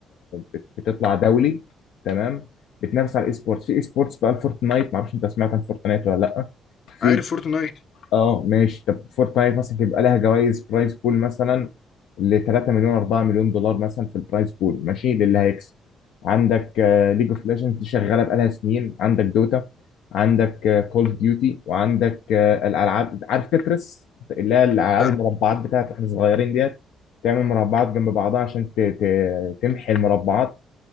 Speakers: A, on the left; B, on the left.
A: بت- بتطلع دولي تمام بتنافس على الاي سبورتس في اي سبورتس بقى الفورتنايت معرفش انت سمعت عن فورتنايت ولا لا في
B: عارف فورتنايت
A: اه ماشي طب فور تايم مثلا يبقى لها جوائز برايز بول مثلا ل 3 مليون 4 مليون دولار مثلا في البرايز بول ماشي للي هيكسب عندك ليج اوف ليجندز دي شغاله بقالها سنين عندك دوتا عندك كول اوف ديوتي وعندك آه، الالعاب عارف تترس اللي هي الالعاب
B: لا
A: المربعات بتاعت واحنا صغيرين ديت تعمل مربعات جنب بعضها عشان ت- ت- تمحي المربعات